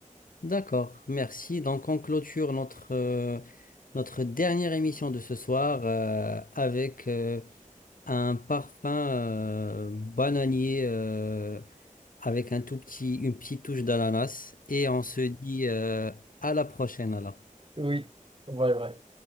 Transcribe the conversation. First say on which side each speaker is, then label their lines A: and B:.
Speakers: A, on the left; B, on the right.
A: D'accord, merci. Donc on clôture notre, euh, notre dernière émission de ce soir euh, avec euh, un parfum euh, bananier euh, avec un tout petit, une petite touche d'ananas. Et on se dit euh, à la prochaine alors.
B: Oui, ouais, ouais.